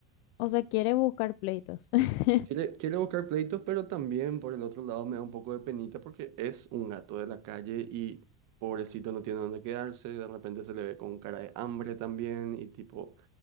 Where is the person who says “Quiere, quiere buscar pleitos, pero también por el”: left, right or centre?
Right